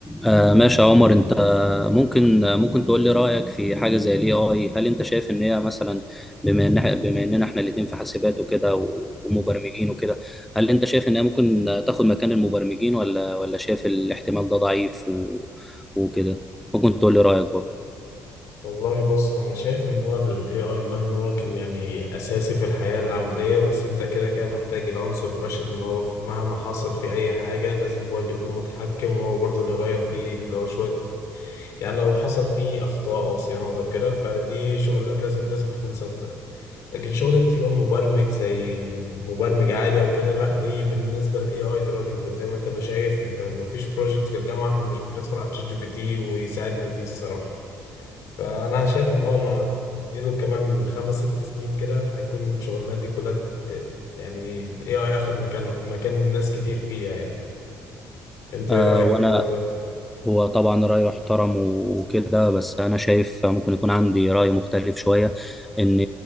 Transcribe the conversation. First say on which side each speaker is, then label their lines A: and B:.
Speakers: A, in the centre; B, on the left.
A: آه ماشي يا عمر انت ممكن ممكن تقول لي رأيك في حاجة زي الاي اي هل انت شايف ان هي مثلا بما ان إح- بما اننا احنا الاتنين في حاسبات وكده و- ومبرمجين وكده هل انت شايف ان هي ممكن تاخد مكان المبرمجين ولا ولا شايف الاحتمال ده ضعيف و- وكده ممكن تقول لي رأيك برضه
B: والله بص انا شايف ان هو ال AI مهما هو كان يعني اساسي في الحياة العملية بس انت كده كده محتاج العنصر البشري ان هو في- مهما حصل في اي حاجة لازم هو اللي يكون متحكم وهو برضه اللي يغير فيه اللي هو شوية يعني لو حصل فيه اخطاء او صيانات او كده فدي شغلانات لازم لازم تكون ثابتة لكن شغلة اللي هو مبرمج زي مبرمج عادي او كده لا دي بالنسبة لل AI دلوقتي انت زي ما انت ما شايف انت مفيش بروجكت في الجامعة احنا مش بندخل على ChatGPT ويساعدنا فيه الصراحة فانا شايف ان اه إنه اديله كمان خمس ست سنين كده هيكون الشغلانات دي كلها ت- يعني الاي اي اخد مكان مكان ناس كتير فيها يعني انت
A: آه
B: ايه رايك
A: وانا
B: في الحوار ده
A: هو طبعا رأيه يحترم وكده بس أنا شايف ممكن يكون عندي رأي مختلف شوية إن